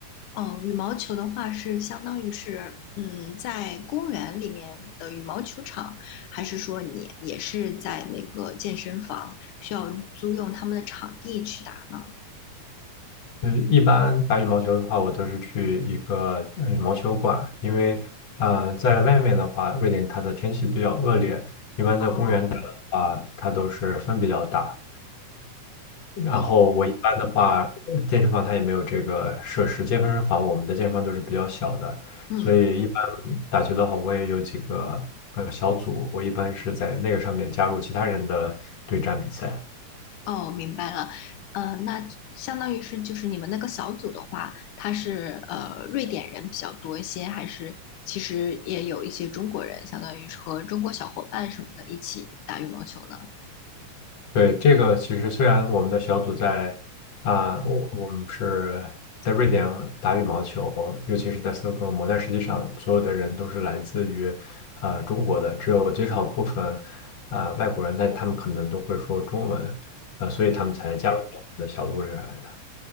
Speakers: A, on the left; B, on the left.
A: 哦，羽毛球的话是相当于是，嗯，在公园里面的羽毛球场，还是说你也是在那个健身房需要租用他们的场地去打呢？
B: 呃，一般打羽毛球的话，我都是去一个呃羽毛球馆，因为呃，在外面的话，瑞典它的天气比较恶劣，一般在公园打的话，
A: 哦，
B: 它都是风比较大。然后我一般的话，
A: 哦，
B: 呃健身房它也没有这个设施，健身房我们的健身房都是比较小的，
A: 嗯。
B: 所以一般打球的话，我也有几个呃小组，我一般是在那个上面加入其他人的对战比赛。
A: 哦，明白了。呃，那相当于是就是你们那个小组的话，他是呃瑞典人比较多一些，还是其实也有一些中国人，相当于是和中国小伙伴什么的一起打羽毛球呢？
B: 对，这个其实虽然我们的小组在啊、我我们是在瑞典打羽毛球，尤其是在斯德哥尔摩，但实际上所有的人都是来自于啊中国的，只有极少部分啊、呃外国人，但他们可能都会说中文，呃，所以他们才加入到我们的小组里面来的。